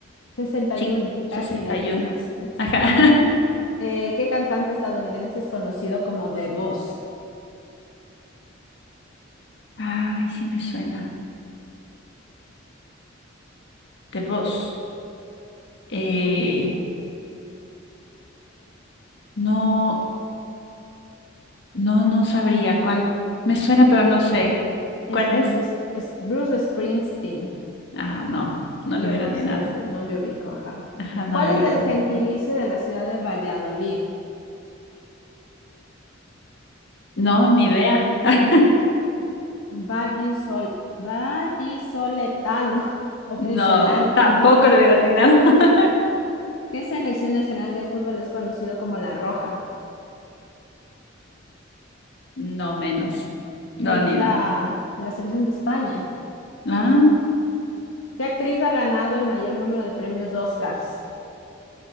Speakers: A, on the left; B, on the left.
A: Sesenta
B: Sí.
A: y uno.
B: 61.
A: casi latinas. <laughs>
B: Ajá. <laughs>
A: Eh, ¿qué cantante estadounidense es conocido como The Boss?
B: Ay, sí me suena. De voz. Eh, no, no, no sabría cuál. Me suena, pero no sé.
A: Es
B: ¿Cuál
A: Bruce,
B: es?
A: Es- es Bruce Springsteen.
B: Ah, no, no
A: Yo
B: le hubiera
A: no
B: atinado.
A: sé ese, no le ubico, ajá.
B: Ajá, no
A: ¿Cuál
B: le
A: es
B: hubiera
A: el
B: atinado.
A: gentilicio de la ciudad de Valladolid?
B: No, ni idea. <laughs>
A: Vallisol, vallisoletano <laughs>
B: No,
A: o pucelano.
B: tampoco le hubiera atinado. <laughs>
A: ¿Qué selección nacional de fútbol es conocido como La Roja?
B: No menos. No,
A: Es
B: ni
A: la,
B: idea.
A: la selección de España.
B: Ah.
A: ¿Qué actriz ha ganado el mayor número de premios Oscars?